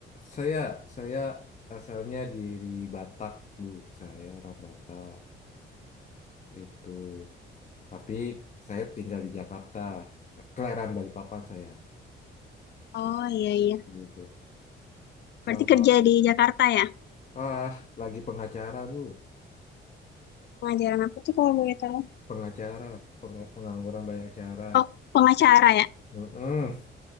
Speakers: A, on the left; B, on the left.
A: saya saya asalnya dari Batak, Bu. Saya orang Batak itu. Tapi saya tinggal di Jakarta. Kelahiran Balikpapan saya.
B: Oh iya iya.
A: Gitu. Kalau
B: Berarti kerja di Jakarta ya?
A: ah lagi pengacara, Bu.
B: Pengajaran apa tuh kalau boleh tahu?
A: pengacara, peng- pengangguran banyak cara.
B: Oh, pengacara ya?
A: Mm-mm.